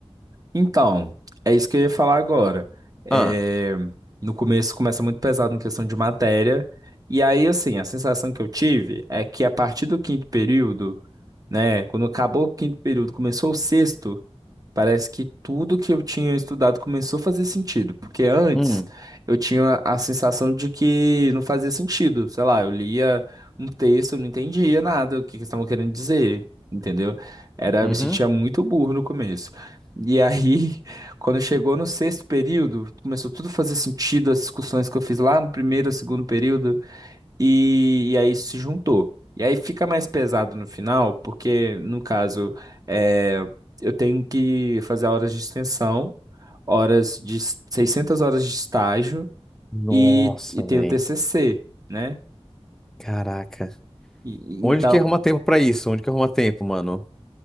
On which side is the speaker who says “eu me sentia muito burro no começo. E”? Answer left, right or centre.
Right